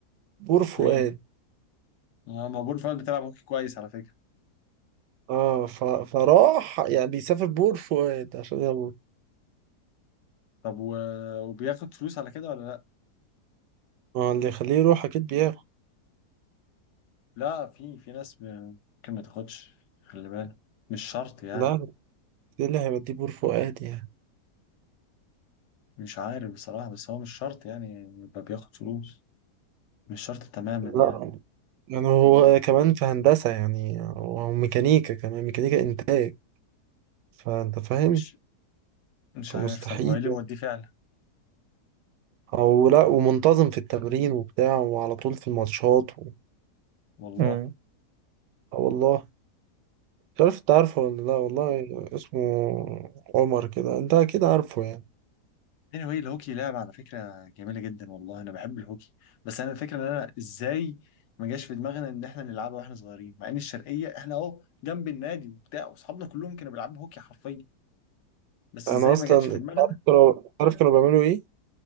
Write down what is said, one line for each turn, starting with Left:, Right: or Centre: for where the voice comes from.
Right: بور فؤاد
Left: مين آه، ما بقول فعلا بتلعب هوكي كويس على فكره
Right: اه ف... فراح يعني بيسافر بور فؤاد عشان يلا
Left: طب و... وبياخد فلوس على كده ولا لا
Right: اه اللي يخليه يروح اكيد بياخد
Left: لا في في ناس ب- ممكن ما تاخدش خلي بالك مش شرط يعني
Right: لا ده اللي هيوديه بور فؤاد يعني
Left: مش عارف بصراحه بس هو مش شرط يعني يبقى بياخد فلوس مش شرط تماما
Right: لا
Left: يعني
Right: يعني هو كمان في هندسة يعني هو ميكانيكا كمان ميكانيكا إنتاج فأنت فاهم
Left: مش مش
Right: فمستحيل
Left: عارف طب هو ايه اللي موديه فعلا
Right: أو لا ومنتظم في التمرين وبتاع وعلى طول في الماتشات و...
Left: والله
Right: امم اه والله مش عارف انت عارفه ولا لا والله اسمه عمر كده انت اكيد عارفه يعني
Left: anyway الهوكي لعبة على فكرة جميلة جدا والله أنا بحب الهوكي بس أنا الفكرة إن أنا إزاي ما جاش في دماغنا إن إحنا نلعبها وإحنا صغيرين مع إن الشرقية إحنا أهو جنب النادي وبتاع وأصحابنا كلهم كانوا بيلعبوا هوكي حرفيا بس
Right: انا
Left: إزاي
Right: اصلا
Left: ما جاتش في
Right: انت
Left: دماغنا
Right: عارف كانوا عارف كانوا بيعملوا ايه